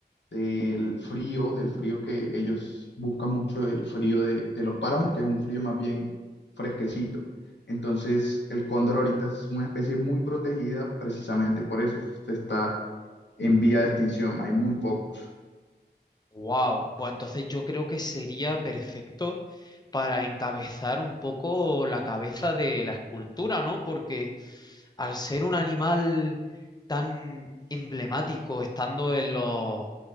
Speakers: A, on the left; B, on the left.
A: del frío, del frío que ellos buscan mucho, el frío de, de los páramos, que es un frío más bien fresquecito. Entonces, el cóndor ahorita es una especie muy protegida precisamente por eso, se está en vía de extinción, hay muy pocos.
B: Wow, pues entonces yo creo que sería perfecto para encabezar un poco la cabeza de la escultura, ¿no? Porque al ser un animal tan emblemático, estando en los